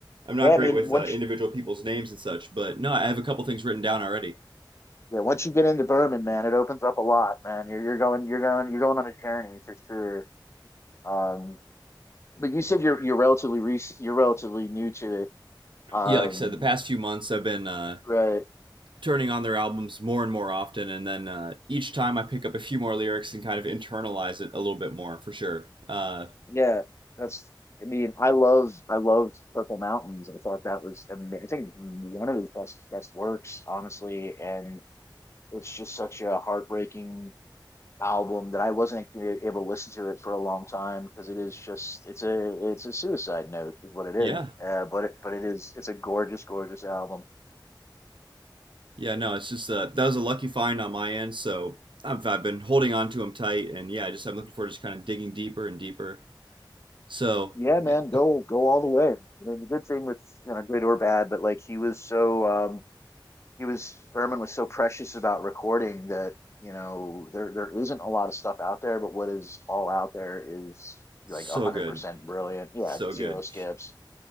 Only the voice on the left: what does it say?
Yeah,
I mean
once
you, yeah, once you get into Berman, man, it opens up a lot, man. You're you're going you're going you're going on a journey for sure. Um, but you said you're you're relatively recent, you're relatively new to it. Um,
right?
Yeah, that's. I mean, I love I loved Purple Mountains. I thought that was ama- I think one of his best best works, honestly. And It's just such a heartbreaking album that I wasn't actually able to listen to it for a long time because it is just it's a it's a suicide note is what it is.
Uh, but it, but it is it's a gorgeous gorgeous album.
Yeah, man,
go go all the way. I mean, the good thing with you know good or bad, but like he was so um he was Berman was so precious about recording that you know there there isn't a lot of stuff out there, but what is all out there is
like a hundred
percent brilliant. Yeah,
zero
skips.